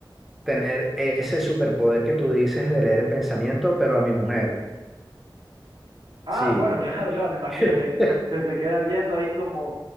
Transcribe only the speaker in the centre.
tener ese superpoder que tú dices de leer el pensamiento, pero a mi mujer,
sí.
<laughs>